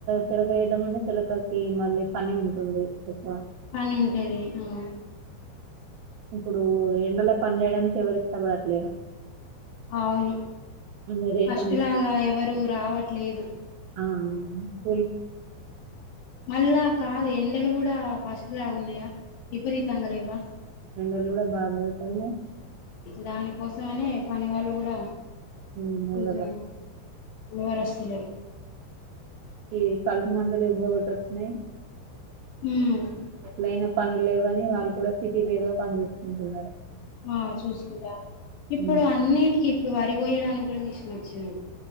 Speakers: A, on the right; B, on the left.
A: చిలక వేద్దామంటే చిలకకి మళ్ళీ పని ఉంటుంది ఎక్కువ
B: పని ఉంటాది అ
A: ఇప్పుడు ఎండలో పని చేయడానికి ఎవరు ఇష్టపడట్లేరు
B: అవును
A: ఇంకా రేషన్లు
B: ఫస్ట్లాగా ఎవరు రావట్లేదు
A: ఆవును
B: మళ్ళా కాదు ఎండలు కూడా ఫస్ట్ లా ఉన్నాయా విపరీతంగా లేవా
A: ఎండలు కూడా బాగు పడుతుండల
B: దానికోసం అని పని వాళ్ళు కూడా
A: మ్ మెల్లగ
B: కొంచెం ఎవరు వస్తులేరు
A: ఈ కల్పు మందులు ఇవ్వొటి వచ్చినాయి
B: మ్
A: ఎట్లైనా పనులు లేవ్వని వాళ్ళు కూడా సిటీలో ఏదో పనిచూసుకుంటున్నారు
B: ఆ చూసుకుంటారు ఇప్పుడు
A: ఉమ్,
B: అన్నిటికిీ ఇప్పుడు వరి కోయడానికి కూడా మిషన్ వచ్చింది